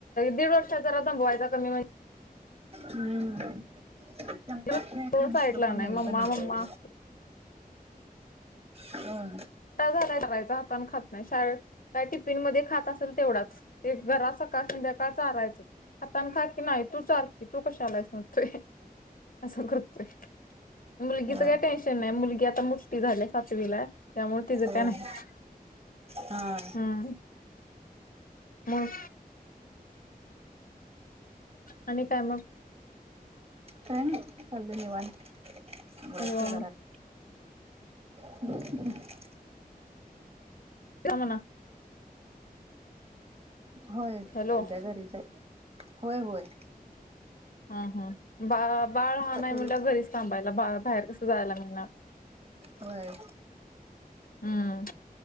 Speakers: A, on the left; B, on the right.
A: दीड वर्षांत जरा दमवांयचा कमी म्हणजे.
B: हम्मं <inaudible> <unintelligible>
A: तो साईटला
B: कोण
A: नाहीं
B: नाही
A: मम्मा
B: पण इथं
A: मम्मा
B: हंम
A: तझां नाहीं करायंचा हातन खातं नाहीं शाळेंत कायं टिफिन मध्यें खातं असेल तेवढांच एक घराचं संकाळ संध्याकाळं चारायचं हातानं खाकी नाहीं तूं चार तूं कशांलाय म्हणतोय असं करतोय? मुलगीचं
B: होय
A: कायं टेन्शन नाहीं मुलगी आता मोठी झाल्या सातवीला आहे. त्यां मूळं तिचं
B: होय
A: कायं नाहीं
B: हा
A: हम्मं मंग आणि कायं मंग
B: काय नाही चाललंय निवांत वरच्यां
A: निवांत
B: घरांत ह <unintelligible>
A: यां म्हंणा
B: होयं संध्या
A: हॅलो
B: घरीच आहे होयं होयं.
A: हंम हंम बा बाळं लहान
B: आता
A: आहे म्हटल्या
B: घरी
A: वर घरीचं थांबायला बा बाहेर कसं जायंला मिळणारं?
B: होय?
A: हम्म